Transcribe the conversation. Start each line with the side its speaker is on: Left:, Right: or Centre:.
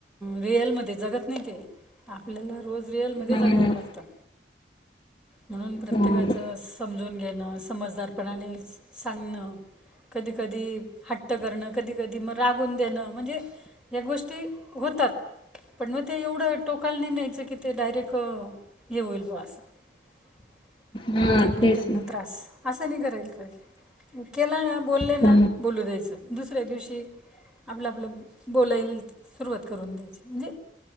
Centre: रिअलमध्ये ज नाही आपल्याला रोज रिअलमध्ये
Left: हा
Centre: जगावं
Left: ना
Centre: लागतात. म्हणून प्रत्येकाच
Left: हो
Centre: समजून घ. घेणं समजदारपणाने सांगणं कधी कधी. हट्ट करणं कधी कधी मग रागून देणं म्हणजे या गोष्टी होतात. पण मग ते एवढं टोकाला नाही न्यायचं की ते डायरेक्ट हे होईल ब असं. <inaudible>
Left: हा
Centre: एकमेकांना
Left: तेच ना
Centre: त्रास असं नाही करायल पाहिजे. केला ना बोलले ना
Left: हो
Centre: बोलू द्यायचं. दुसऱ्या दिवशी आपलं आपलं बोलायला सुरुवात करून द्यायची म्हणजे.